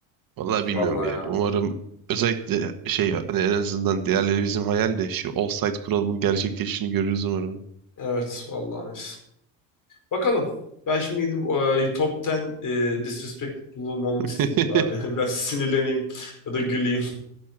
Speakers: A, on the right; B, on the left.
A: Vallahi bilmiyorum
B: vallahi
A: ya.
B: ya.
A: Umarım özellikle şey hani en azından diğerleri bizim hayal de şu offside kuralının gerçekleştiğini görürüz umarım.
B: Evet, vallahi Bakalım. Ben şimdi gidip e, Top 10 e, Disrespectful Moments
A: <laughs>
B: izleyeyim bari. <laughs> Biraz sinirleneyim ya da güleyim.